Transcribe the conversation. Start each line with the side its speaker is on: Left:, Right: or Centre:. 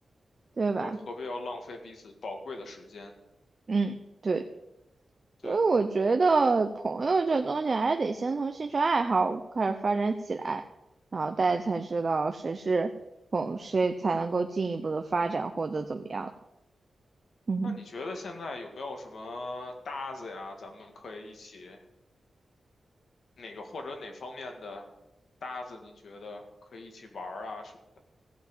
Right: 对吧？
Left: 何何必要浪费彼此宝贵的时间？
Right: 嗯，对。
Left: 对，
Right: 所以我觉得朋友这东西还得先从兴趣爱好开始发展起来，然后大家才知道谁是朋，谁才能够进一步的发展或者怎么样。嗯哼，
Left: 那你觉得现在有没有什么搭子呀？咱们可以一起哪个或者哪方面的搭子，你觉得可以一起玩儿啊什么的？